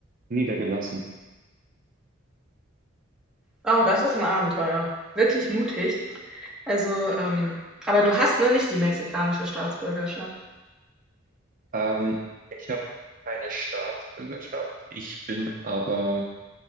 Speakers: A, on the right; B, in the centre.
A: niedergelassen.
B: Oh, das ist ein Abenteuer. Wirklich mutig. Also, ähm, aber du hast nur nicht die mexikanische Staatsbürgerschaft.
A: Ähm, ich habe keine Staatsbürgerschaft, ich bin aber